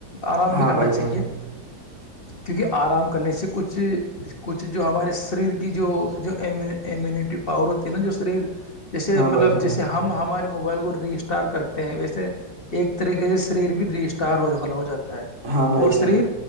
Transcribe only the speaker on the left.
آرام
بھی کرنا
چاہیے
کیونکہ آرام کرنے سے کچھ کچھ جو ہمارے شریر کی جو جو امیونٹی پاور ہوتی ہے نا جو شریر جیسے
مطلب
جیسے ہمارے موبائل کو ریسٹار کرتے ہیں ویسے ایک طریقے سے شریر بھی ری اسٹار ہو دخل ہو جاتا ہے
اور
شریر